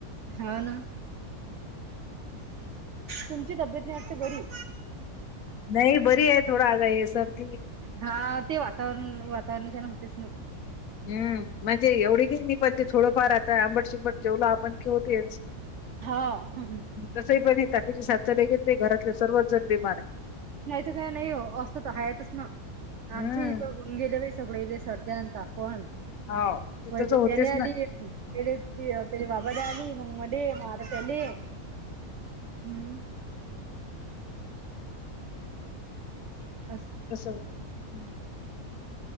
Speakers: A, on the right; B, on the left.
A: हो ना. तुमची तब्येत नाही वाटते बरी?
B: नाही बरी आहे, थोडा आग हे सरर्दी.
A: हा ते वातावरण वातावरणच्या ह्यान होतेच नव.
B: हम्म म्हणजे एवढी की नाही पण ते थोडंफार आता आंबट शिंबट जेवला, आपण क होतेच.
A: हा हम्महम्म.
B: तसही पण हे ताकीची साातखेन ते घरातले सर्वच जण बिमार आहे.
A: घ्यायच काही नाही ओ, असत तर हायातच ना
B: हम्म
A: आमची इथ होऊन गेले बाई सगळेले सर्द्या आणि तापनं
B: हाव ते
A: पहिले
B: तसं होतेच
A: त्याला आली.
B: ना
A: त्याला ते त्याच्या बाबाला आली, मग मले मागच तेले. बा. <inaudible>
B: कसं हम्म.